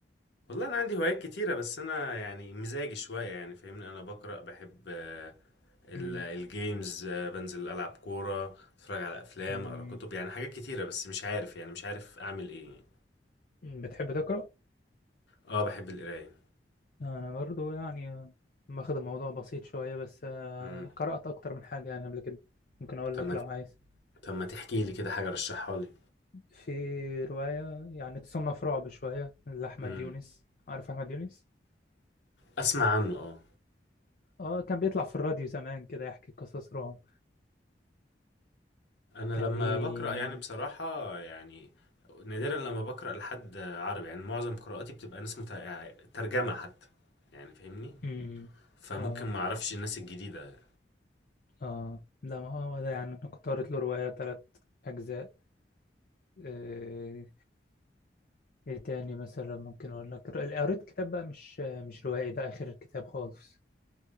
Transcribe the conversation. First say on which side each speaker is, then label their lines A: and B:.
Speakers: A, on the left (about 75°); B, on the left (about 50°).
A: والله انا عندي هوايات كتيره بس انا يعني مزاجي شويه يعني فاهمني انا بقرا بحب آه، ال-
B: امم
A: الجيمز آه، بنزل العب كوره اتفرج على افلام
B: أمم.
A: اقرا كتب يعني حاجات كتيره بس مش عارف يعني مش عارف اعمل ايه
B: مم، بتحب تقرا
A: اه بحب القرايه
B: انا برضو يعني واخد الموضوع بسيط شويه بس آه،
A: امم
B: قرات اكتر من حاجه يعني قبل كده ممكن اقول
A: طب
B: لك
A: ما
B: لو عايز
A: طب ما تحكي لي كده حاجه رشحها لي
B: في روايه يعني تصنف رعب شويه لاحمد
A: امم
B: يونس عارف احمد يونس
A: اسمع عنه اه
B: اه كان بيطلع في الراديو زمان كده يحكي قصص رعب
A: انا
B: كان
A: لما
B: ليه
A: بقرا يعني بصراحه يعني نادرا لما بقرا لحد عربي يعني معظم قراءاتي بتبقى ناس مت... يعني ترجمه حتى يعني فاهمني
B: أمم.
A: فممكن
B: اه
A: ما اعرفش الناس الجديده
B: اه لا ما هو ده يعني انا كنت قريت له رواية تلات اجزاء آه، ايه تاني مثلا ممكن اقول لك قريت كتاب بقى مش مش روائي ده اخر كتاب خالص